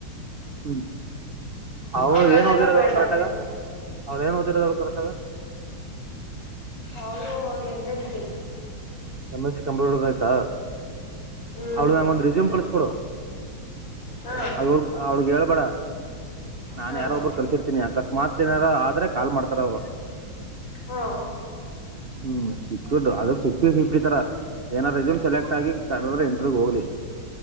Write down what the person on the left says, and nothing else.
ಅವಳಗ
ಅದೆಲ್ಲ
ಬೇಡವಂತೆ
ಅವನು M H P
ಹ್ಮ್
ಹಾ
ಹಾ
ಹ್ಮ್.